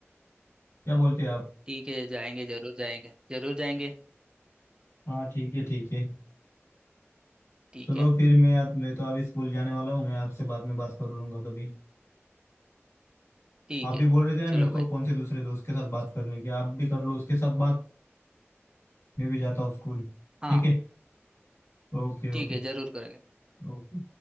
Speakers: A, on the left; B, on the right.
A: क्या बोलते हैं आप
B: ठीक है जाएंगे जरूर जाएंगे जरूर जाएंगे
A: हाँ ठीक है ठीक है
B: ठीक
A: चलो
B: है
A: फिर मैं मैं तो अभी स्कूल जाने वाला हूँ मैं आपसे बाद में बात कर लूंगा कभी
B: ठीक
A: आप भी
B: है
A: बोल रहे थे ना
B: चलो
A: मेरे को
B: भाई
A: कौन से दूसरे दोस्त के साथ बात करने की आप भी कर लो उसके साथ बात मैं भी जाता हूँ स्कूल
B: हाँ
A: ठीक है Okay
B: ठीक
A: okay
B: है जरूर करेंगे
A: okay